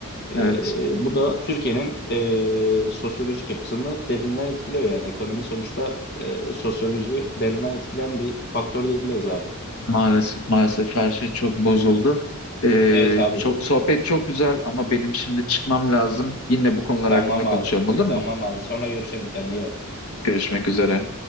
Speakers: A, on the left (about 45°); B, on the left (about 70°).
A: E,
B: evet
A: bu da Türkiye'nin e, sosyolojik yapısını derinden etkiliyor yani ekonomi sonuçta e, sosyolojiyi derinden etkileyen bir faktör diyebiliriz abi.
B: maalesef maalesef her şey çok bozuldu. Ee,
A: Evet abi
B: çok, sohbet çok güzel ama benim şimdi çıkmam lazım. Yine bu konular
A: tamam
B: hakkında konuşalım
A: abi
B: olur
A: tamam
B: mu?
A: abi sonra görüşelim kendine iyi bak.
B: Görüşmek üzere.